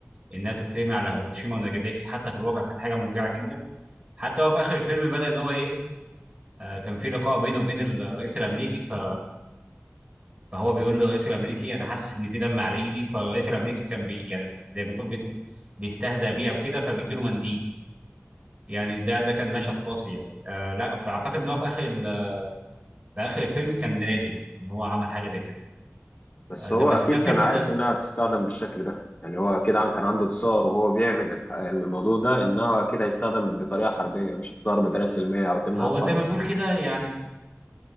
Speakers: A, on the right; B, on the left.
A: انها تترمي على هيروشيما وناجازاكي حتى في الواقع كانت حاجة مفجعة جدا حتى هو في اخر الفيلم بدا ان هو ايه آه كان في لقاء بينه وبين الرئيس الامريكي ف فهو بيقول للرئيس الامريكي انا حاسس ان في دم على ايدي فالرئيس الامريكي كان بي يعني زي ما تقول بي- بيستهزأ بيه او كده فبيديله منديل يعني ده ده كان مشهد قاسي يعني آه لا فاعتقد ان هو في اخر ال- في اخر الفيلم كان نادم ان هو عمل حاجه زي كده
B: بس
A: آه ده
B: هو
A: بس
B: اكيد
A: ده فيلم
B: كان عارف
A: ده
B: انها هتستخدم بالشكل ده يعني هو اكيد عن- كان عنده تصور وهو بيعمل الح- الموضوع ده انها اكيد هيستخدم بطريقه حربيه مش هتستخدم بطريقه سلميه او تمنع
A: هو
B: الحرب
A: زي ما تقول كده يعني